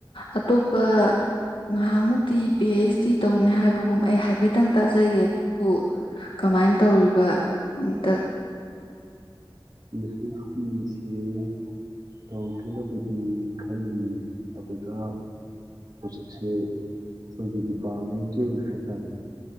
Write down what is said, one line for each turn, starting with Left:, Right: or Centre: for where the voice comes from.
Left: ꯑꯇꯣꯞꯄ ꯉꯥꯏꯍꯥꯛꯃꯨꯛꯇꯤ ꯄꯤ ꯑꯩꯆ ꯗꯤ ꯇꯧꯅꯤ ꯍꯥꯏꯕꯒꯨꯝ ꯑꯩ ꯍꯥꯏꯐꯦꯠꯇꯪ ꯇꯥꯖꯒꯦ ꯑꯗꯨꯕꯨ ꯀꯃꯥꯏꯅ ꯇꯧꯔꯤꯕ ꯑꯝꯇ
Right: ꯍꯁꯇꯤꯁꯦ ꯀꯧꯒꯦꯅꯕꯨꯗꯤ ꯈꯜꯂꯤ ꯑꯗꯨꯗ ꯍꯧꯖꯤꯛꯁꯦ ꯑꯩꯈꯣꯏꯒꯤ ꯗꯤꯄꯥꯔꯠꯃꯦꯟꯒꯤ ꯑꯣꯏꯅ ꯍꯥꯏꯇꯥꯔꯦ